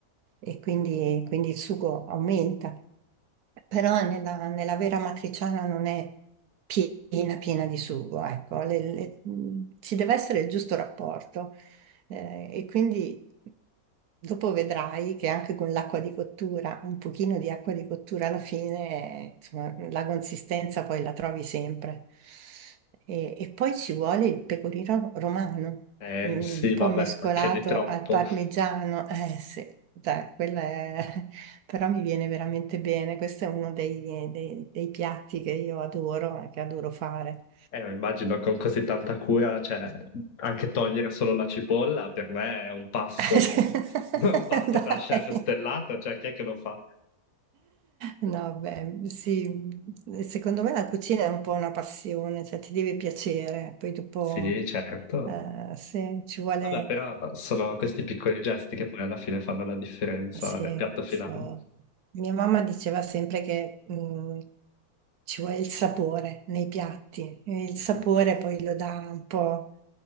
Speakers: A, on the right; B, on the left.
A: e quindi, quindi il sugo aumenta, però nella, nella vera matriciana non è piena, piena di sugo, ecco, le- le- mh, ci deve essere il giusto rapporto eh, e quindi dopo vedrai che anche con l'acqua di cottura, un pochino di acqua di cottura alla fine, eh, insomma, la consistenza poi la trovi sempre. E, e poi ci vuole il pecorino romano,
B: eh,
A: mm,
B: sì,
A: un
B: vabbè,
A: po' mescolato
B: perché di troppo.
A: al parmigiano, eh sì, dai, quella è però mi viene veramente bene. Questo è uno dei, dei- dei piatti che io adoro e che adoro fare.
B: Eh, immagino con così tanta cura, cioè, anche togliere solo la cipolla per me è un passo,
A: <laughs>
B: <laughs> un passo
A: Dai.
B: da chef stellato, cioè, chi è che lo fa?
A: No, beh, sì, secondo me la cucina è un po' una passione, cioè ti deve piacere, poi dopo
B: Sì, certo.
A: eh, se ci vuole...
B: Vabbè, però sono questi piccoli gesti che poi alla fine fanno la differenza
A: Sì,
B: nel piatto finale.
A: sì. Mia mamma diceva sempre che mh, ci vuole il sapore nei piatti, e il
B: Mhm.
A: sapore poi lo dà un po'